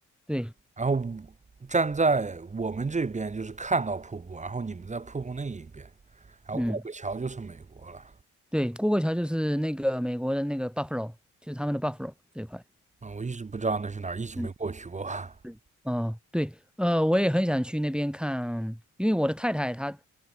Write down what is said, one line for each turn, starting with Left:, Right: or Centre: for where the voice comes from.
Centre: 对，
Right: 然后站在我们这边就是看到瀑布，然后你们在瀑布那一边，然后过个桥就是美国了。
Centre: 嗯。对，过过桥就是那个美国的那个 Buffalo，就是他们的 Buffalo 这一块。
Right: 嗯，我一直不知道那是哪儿，一直没过去过。
Centre: 嗯，
Right: <laughs>
Centre: 对，嗯，对，呃，我也很想去那边看，因为我的太太她，